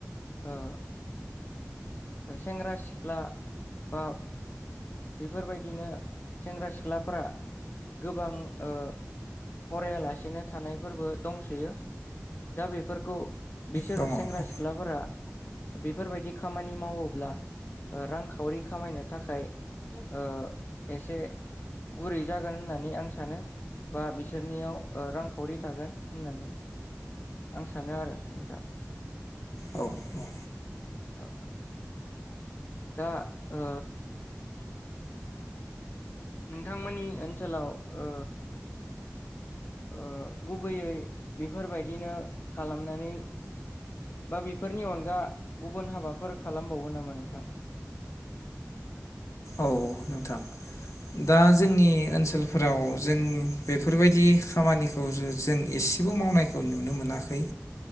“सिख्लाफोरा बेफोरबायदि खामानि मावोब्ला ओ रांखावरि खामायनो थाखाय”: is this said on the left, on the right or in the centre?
Left